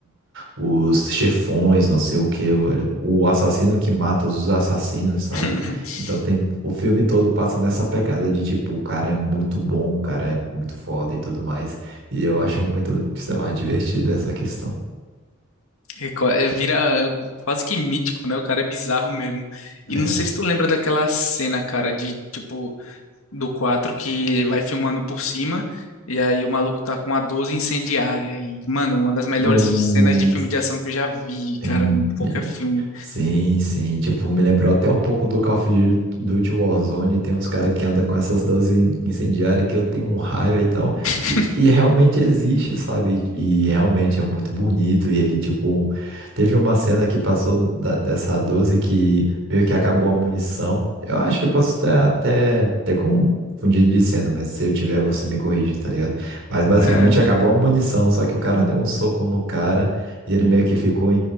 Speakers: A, on the right; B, on the left.
A: Os chefões, não sei o que, o o assassino que mata os assassinos, sabe?
B: <laughs>
A: Então tem o filme todo passa nessa pegada de tipo, o cara é muito bom, o cara é muito foda e tudo mais. E eu acho muito, sei lá, divertida essa questão.
B: É qua- é Vira quase que mítico, né? O cara é bizarro mesmo. E
A: É,
B: não sei se tu lembra daquela cena, cara, de tipo. do 4 que vai filmando por cima. E aí o maluco tá com a 12 incendiária. E, mano, uma das melhores
A: no,
B: cenas de filme de ação que eu já vi,
A: tem-
B: cara, em qualquer filme.
A: Sim, sim. Tipo, me lembrou até um pouco do Call of Duty Warzone. Tem uns caras que andam com essas 12 incendiárias que eu tenho um raio e tal.
B: <laughs>
A: E realmente existe, sabe? E realmente é muito bonito. E ele, tipo, teve uma cena que passou da- dessa 12 que meio que acabou a munição. Eu acho que eu posso ter até ter confundido de cena, mas se eu tiver, você me corrige, tá ligado? Mas basicamente
B: É,
A: acabou a munição, só que o cara deu um soco no cara e ele meio que ficou